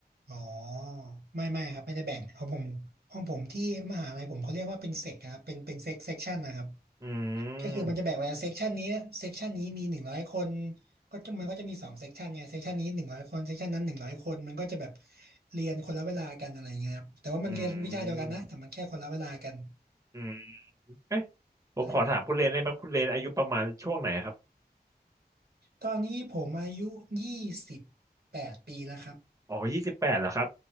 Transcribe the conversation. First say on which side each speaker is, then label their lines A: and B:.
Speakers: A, on the right; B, on the right.
A: อ๋อไม่ไม่ครับไม่ได้แบ่งของผมของผมที่มหาลัยผมเขาเรียกว่าเป็นเซกครับเป็นเป็นเซกเซกชันนะครับ
B: อื
A: ก็คือมันจะแบ่งไว้เซกชันนี้เซกชันนี้มีหนึ่งร้อยคน
B: ม
A: ก็จะมันก็จะมีสองเซกชันไงเซกชันนี้หนึ่งร้อยคนเซกชันนั้นหนึ่งร้อยคนมันก็จะแบบเรียนคนละเวลากันอะไรเงี้ยครับแต่ว่ามันเรียนวิชาเดียวกันนะแต่มันแค่คนละเวลากัน
B: อืมอืมเอ๊ะผมขอถามคุณเรนได้ไหมคุณเรนอายุประมาณช่วงไหนครับ
A: ใช่ตอนนี้ผมอายุยี่สิบแปดปีแล้วครับ
B: อ๋อยี่สิบแปดเหรอครับ